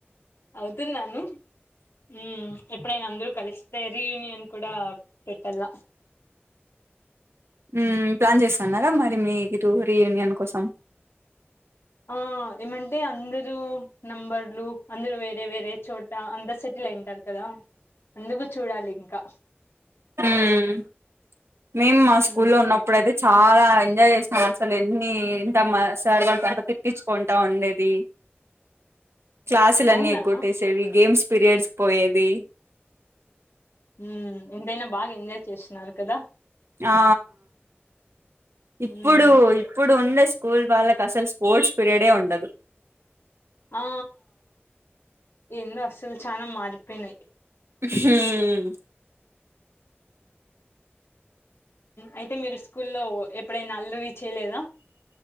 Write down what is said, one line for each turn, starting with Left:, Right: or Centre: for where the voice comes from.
Left: అవుతున్నాను, ఉమ్ ఎప్పుడైనా అందరూ కలిస్తే రీయూనియన్ కూడా పెట్టాల.
Right: ఉమ్, ప్లాన్ చేస్తాన్నార మరి మీ ఇటు రీయూనియన్ కోసం?
Left: ఆ, ఏమంటే అందర్ రూ నంబర్లు అందరు వేరే వేరే చోట అందరు సెటిల్ అయింటారు కదా, అందుకు చూడాలి. ఇంకా?
Right: ఉమ్, మేము మా
Left: మ్మ్
Right: స్కూల్ లో ఉన్నప్పుడయితే చాలా ఎన్ ఎంజాయ్ చేస్నామసల్, ఎన్ని? త మా సార్ వాళ్ళతో అంత తిట్టించుకుంటా ఉండేది. క్లాసులన్నీ
Left: అవునా
Right: ఎగ్గొట్టేసేది, గేమ్స్ పిరియాడ్స్ పోయేది.
Left: ఉమ్, ఎంతైనా బాగ ఎన్ ఎంజాయ్ చేసినారు కదా.
Right: ఆ ఇప్పుడు
Left: మ్మ్
Right: ఇప్పుడు ఉండే స్కూల్ వాళ్ళకు అసలు స్పోర్ట్స్ పిరియడే ఉండదు
Left: ఆ ఏందుో అసలు చనా మారిపోయినాయి
Right: హుమ్
Left: అయితే మీరు స్కూల్లో ఎప్పుడైనా అల్లరీ చేయలేదా